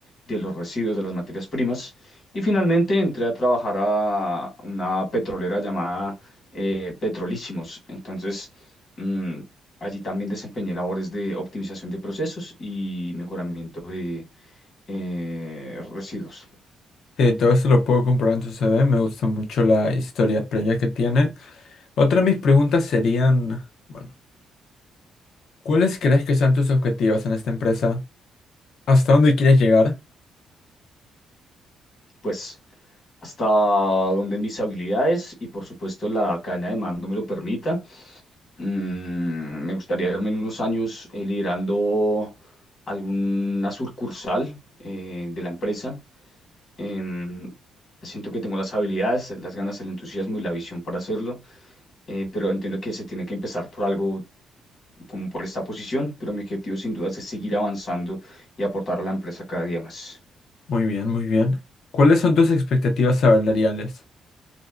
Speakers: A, on the left; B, on the left.
A: de los residuos, de las materias primas. Y finalmente entré a trabajar a una petrolera llamada eh, Petrolísimos. Entonces, mm, allí también desempeñé labores de optimización de procesos y mejoramiento de eh, residuos.
B: Eh, todo eso lo puedo comprobar en su CV. Me gusta mucho la historia previa que tiene. Otra de mis preguntas serían, bueno, ¿cuáles crees que sean tus objetivos en esta empresa? ¿Hasta dónde quieres llegar?
A: Pues hasta donde mis habilidades y por supuesto la cadena de mando me lo permita. Mm, me gustaría verme en unos años eh, liderando alguna sucursal eh, de la empresa. Em, siento que tengo las habilidades, las ganas, el entusiasmo y la visión para hacerlo, eh, pero entiendo que se tiene que empezar por algo como por esta posición, pero mi objetivo sin duda es seguir avanzando y aportar a la empresa cada día más.
B: Muy bien, muy bien. ¿Cuáles son tus expectativas salariales?